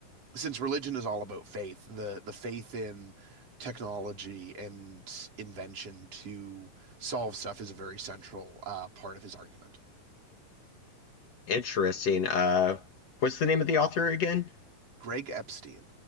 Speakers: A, on the right; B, on the left.
A: since religion is all about faith, the the faith in technology and invention to solve stuff is a very central uh, part of his argument.
B: interesting. Uh, what's the name of the author again?
A: Greg Epstein.